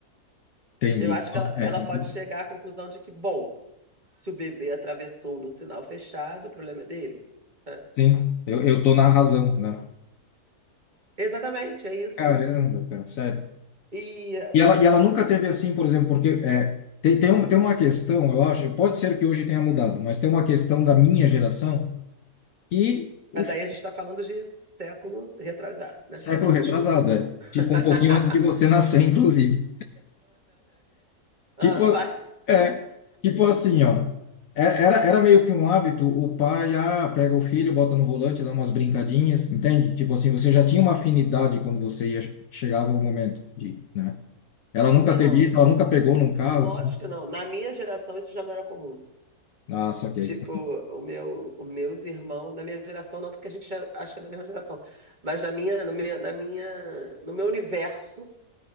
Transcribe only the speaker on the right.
Eu acho que ela, ela
pode chegar à conclusão de que, bom, se o bebê atravessou no sinal fechado, o problema é dele. sabe?
Exatamente, é isso.
E,
mas
aí a gente está falando de século retrasado, né?
Não, me
desculpa.
<laughs>
Ah,
vai.
É,
não.
Lógico
que não. Na minha geração isso já não era comum.
Tipo, o meu, os meus irmãos, na minha geração não, porque a gente é- acho que é da mesma geração, mas na minha, na minha, na minha, no meu universo